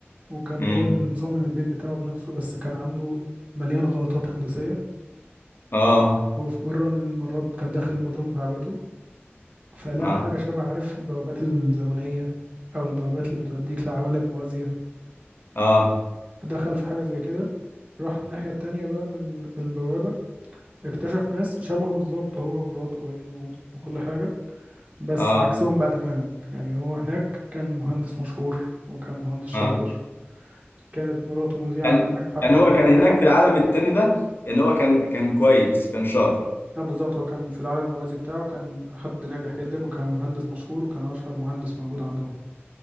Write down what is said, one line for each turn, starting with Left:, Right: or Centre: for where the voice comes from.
Right: وكان
Left: امم
Right: هو اللي مصمم البيت بتاعه بنفسه بس كان عامله مليان غلطات هندسية
Left: اه
Right: وفي مرة من المرات كان داخل البدروم بتاع بيته فلقى
Left: اه
Right: حاجة شبه عارف البوابات الزمنية أو البوابات اللي بتوديك لعوالم موازية
Left: اه
Right: دخل في حاجة زي كده راح الناحية التانية بقى من البوابة اكتشف ناس شبهه بالظبط هو ومراته وابنه وكل حاجة بس
Left: اه
Right: عكسهم بقى تماما يعني هو هناك كان مهندس مشهور وكان مهندس شاطر
Left: اه
Right: كانت مراته مذيعة
Left: يعني
Right: ناجحة
Left: يعني هو كان هناك في العالم التاني ده ان هو كان كان كويس كان شاطر
Right: اه بالظبط هو كان في العالم الموازي بتاعه كان حد ناجح جدا وكان مهندس مشهور وكان أشهر مهندس موجود عندهم